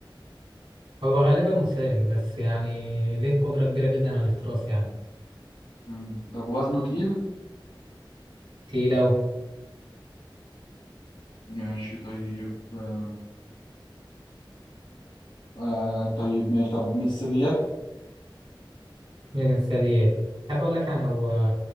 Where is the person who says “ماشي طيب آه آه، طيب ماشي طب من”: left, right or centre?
Left